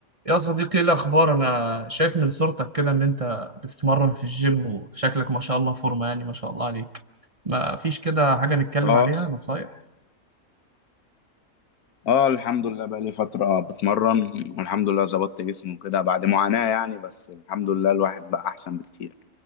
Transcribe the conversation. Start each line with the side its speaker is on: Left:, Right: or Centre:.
Right: يا صديقي ايه الاخبار انا شايف من صورتك كده ان انت بتتمرن في الجيم وشكلك ما شاء الله فورمه يعني ما شاء الله عليك ما فيش كده حاجه نتكلم
Left: اه
Right: عليها نصايح
Left: اه الحمد لله بقى لي فترة بتمرن والحمد لله ظبطت جسمي وكده بعد معاناة يعني بس الحمد لله الواحد بقى أحسن بكتير